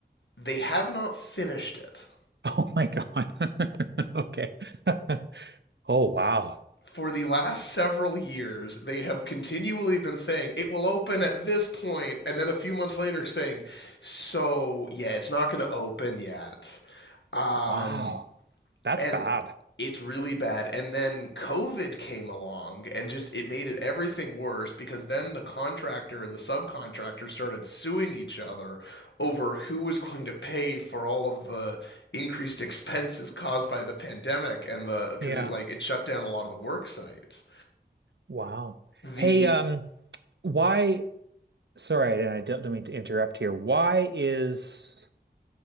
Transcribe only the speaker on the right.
Oh my God. <laughs> Okay. <laughs> Oh wow.
Wow. That's
bad.
Yeah.
Wow.
Hey, um, why Sorry, and I don't, don't mean to interrupt here. Why is